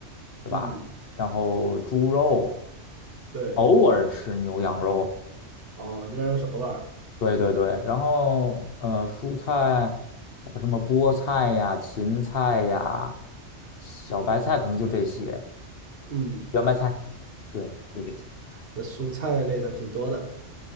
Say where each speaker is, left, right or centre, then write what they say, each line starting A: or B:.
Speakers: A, on the left; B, on the right.
A: 是吧？
B: 嗯，
A: 然后猪肉，
B: 对，
A: 偶尔吃牛羊肉。
B: 哦，牛肉是偶尔，
A: 对对对，然后呃，蔬菜有什么菠菜呀、芹菜呀、小白菜，可能就这些，
B: 嗯，
A: 圆白菜，对，就这些。
B: 那蔬菜类的挺多的。